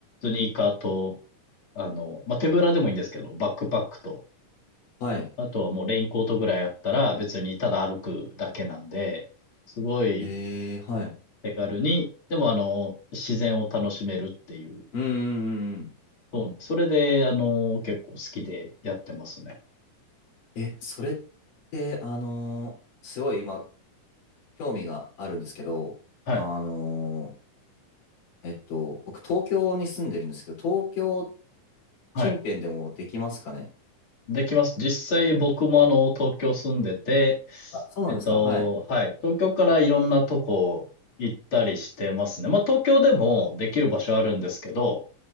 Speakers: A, on the left (about 40°); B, on the left (about 80°).
A: スニーカーと、あの、まあ、手ぶらでもいいんですけど、バックパックと、
B: はい。
A: あとはもうレインコートぐらいあったら、別にただ歩くだけなんで、すごい
B: えー、はい。
A: 手軽に、でもあの、自然を楽しめるっていう、
B: うんうんうんうん。
A: そうそれで、あの、結構好きでやってますね。
B: え、それって、あのーすごい今、興味があるんですけど、
A: はい。
B: あのーえっと、僕、東京に住んでるんですけど、東京近辺でもできますかね
A: はい。できます。実際僕もあの、東京住んでて、
B: あ、そうなんですかはい。
A: えっと、はい。東京からいろんなとこ行ったりしてますね。まあ、東京でもできる場所あるんですけど、